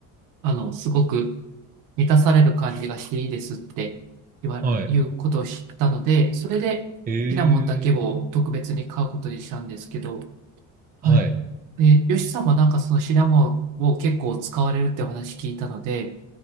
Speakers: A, on the right (about 70°); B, on the right (about 25°).
A: あの、すごく満たされる感じがしていいですって言わ、
B: はい。
A: いうことを知ったので、それでシナモンだけを特別に買うことにしたんですけど、
B: ええ
A: はい。
B: はい。
A: で、ヨシさんもなんかそのシナモンを結構使われるってお話聞いたので、